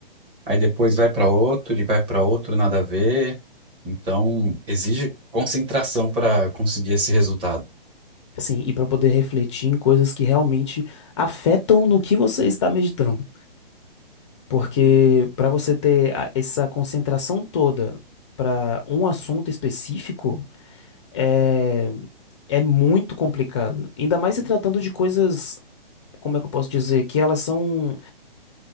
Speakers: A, on the right; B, on the left.
A: aí depois vai para outro e vai para outro, nada a ver. Então, exige concentração para conseguir esse resultado.
B: Assim, e para poder refletir em coisas que realmente afetam no que você está meditando. Porque para você ter a- essa concentração toda para um assunto específico é, é muito complicado. Ainda mais se tratando de coisas, como é que eu posso dizer, que elas são